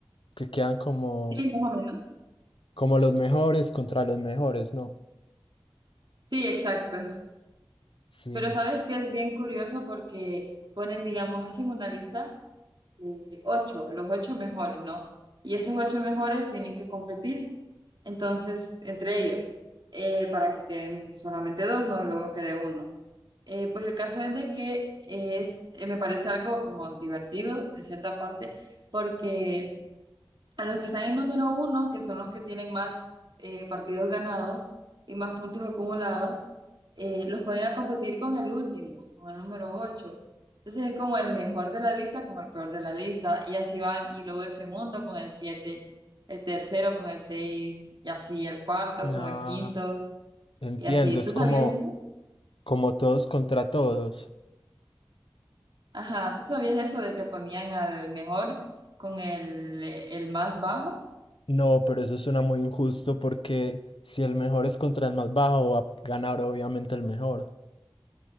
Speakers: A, on the left; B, on the right.
A: que quedan como
B: Sí, más o menos.
A: Como los mejores contra los mejores, ¿no?
B: Sí, exacto.
A: Sí.
B: Pero sabes que es bien curioso porque ponen, digamos, hacen una lista de ocho, los ocho mejores, ¿no? Y esos ocho mejores tienen que competir, entonces, entre ellos, eh, para que queden solamente dos, ¿no? Y luego quede uno. Eh, pues el caso es de que es, eh, me parece algo como divertido, en cierta parte, porque a los que están en número uno, que son los que tienen más eh, partidos ganados y más puntos acumulados, eh, los ponen a competir con el último, con el número ocho. Entonces es como el mejor de la lista con el peor de la lista, y así van, y luego el segundo con el siete, el tercero con el seis, y así el cuarto
A: Ah,
B: con el quinto,
A: entiendo,
B: y así.
A: es
B: ¿Tú sabías
A: como,
B: eso?
A: como todos contra todos.
B: Ajá, ¿tú sabías eso de que ponían al mejor con el, el más bajo?
A: No, pero eso suena muy injusto porque si el mejor es contra el más bajo, va a ganar obviamente el mejor.